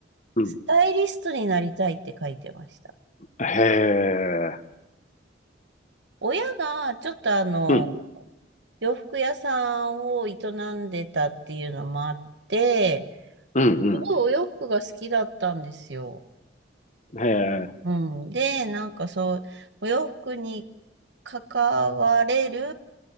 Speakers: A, on the left; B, on the right.
A: うん。
B: スタイリストになりたいって書いてました。
A: へえ。
B: 親がちょっとあの、
A: うん。
B: 洋服屋さんを営んでたっていうのもあって、
A: うん
B: ごいお洋服が好きだったんですよ。
A: うん。へえ。
B: うん。で、なんかそう、お洋服に関われる